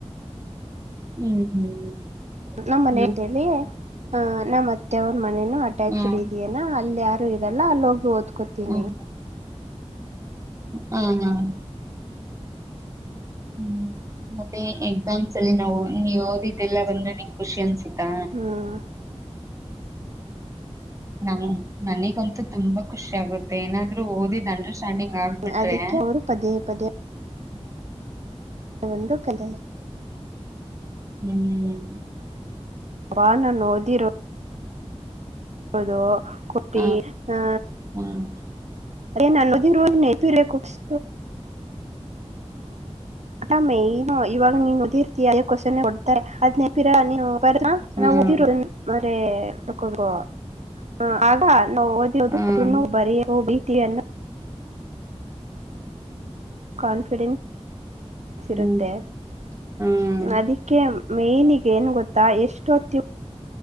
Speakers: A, on the right (about 30°); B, on the right (about 85°).
A: ಹ್ಮ್ ಹ್ಮ್
B: ನಮ್ಮ್ ಮನೆ
A: ಹ್ಮ್
B: ಅಂತೇಳಿ ಹ ನಾ್ ಅತ್ತೆ ಮನನು ಅಟ್ಯಾಚ್ಡ್
A: ಹ್ಮ್
B: ಇದೆಯನ ಅಲ್ಲಿ. ಇದೆಲ್ಲಲ್ಲಿ ಹೋಗಿ ಒದ್ ಕೊತೀನಿ.
A: ಹ್ಮ್ ಹಾ ಹ ಹ್ಮ್ ಮತ್ತೆ ಎಕ್ಸಾಮ್ಸ್ ಅಲ್ಲಿ ನಾವು ನೀ ಓದಿದ್ದೆಲ್ಲ ಬಂದ್ರ ನಿನ್ ಖುಷಿ ಅನ್ಸು ಹ
B: ಹ್ಮ್
A: ನಮ ನನಿಗಂತೂ ತುಂಬಾ ಖುಷಿ ಆಗುತ್ತೆ ಮತ್ತ ಏನಾದ್ರು ಓದಿದ್ ಅಂಡರ್ಸ್ಟ್ಯಾಂಡಿಂಗ್ ಆಗ್ಬಿಟ್ರೆ.
B: ಅದಕ್ಕೆ ಅವರು ಪದೇ ಪದೇ
A: ಹ್ಮ
B: ಒಂದು ಕಲೆ
A: ಹ್ಮ್
B: ಅವ ನ ನೋದಿರೋ ಅದು ಕೊಟ್ಟಿ
A: ಹ
B: ಹ
A: ಹ್ಮ್
B: ಅದೇ ನನ್ನಿ ತಿರೆ ಕುೂಸ್ ಅಟಾಮೇ ಇವಾಗ ನೀನು ಓಧಿರ್ತಿಯ ಅದೇ ಕ್ವೆಶ್ಚನ್ ಕೊಡ್ತಾರೆ ಅದ ನೆನ್ಪ್ ಇರಲ್ಲ
A: ಹ್ಮ್
B: ನಾವು ಓದಿರೋ ಮ್ರೆ ಹ ಆಾರ್ ನಾವು ಓದಿಓದು
A: ಹ್ಮ್
B: ಕು ನವು ಬರೀ ಹೋಗಬಿ ಿಯನ್ನು ಕಾನ್ಫಿಡೆನ್ಸ್
A: ಹ್ಮ್
B: ಇರುತ್ತೆ
A: ಹ್ಮ್ ಹ್ಮ್
B: ಅದಕ್ಕೆ ಮೇ್ನಿಗೆ ಏನ್ ಗೊತ್ತಾ ಎಷ್ಟೊತ್ತ